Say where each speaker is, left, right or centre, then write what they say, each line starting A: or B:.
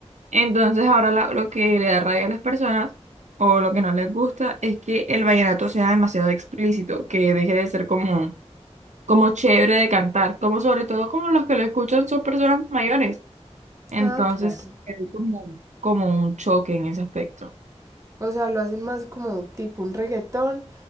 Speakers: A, on the right; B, on the right.
A: Entonces ahora la- lo que le da rabia a las personas, o lo que no les gusta, es que el vallenato sea demasiado explícito, que deje de ser como, como chévere de cantar, como sobre todo como los que lo escuchan son personas mayores. Entonces,
B: ah, claro.
A: hay como, como un choque en ese aspecto.
B: O sea, lo hacen más como tipo un reggaetón,